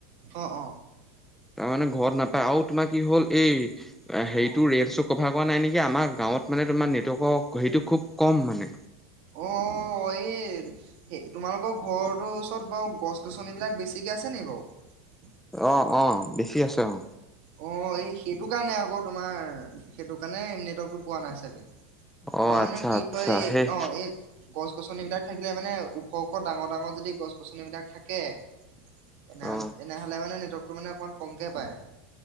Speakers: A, on the right; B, in the centre.
A: অ অ
B: তাৰমানে ঘৰত নাপ আউ তোমা কি হ'ল এই হেটো
A: অ
B: ৰেঞ্জটো কভাৰ কৰা নাই নেকি আমাৰ গাঁৱত মানে তোমাৰ নেটৱৰ্ক ক সেইটো খুব কম মানে
A: অ এই সেই তোমালোকৰ ঘৰটোৰ ওচৰত বাৰু গছ গছনিবলাক বেছিকে আছে নেকি বাৰু
B: অ অ বেছি আছে অ
A: অ এই সেইটো কাৰণে আকৌ তোমাৰ সেইটো কাৰণে নেটৱৰ্কতটো পোৱা নাই চাগে তোমাৰ
B: অ
A: মানে
B: আচ্ছা
A: কি
B: আচ্ছা
A: হয় এই
B: সেই
A: অ এই গছ গছ গছনি বিলাক থাকিলে মানে ওখ ওখ ডাঙৰ ডাঙৰ যদি গছ গছনি বিলাক থাকে তেনেহ
B: অ
A: তেনেহ'লে মানে নেটৱৰ্ক টো মানে অকণমান কমকে পায়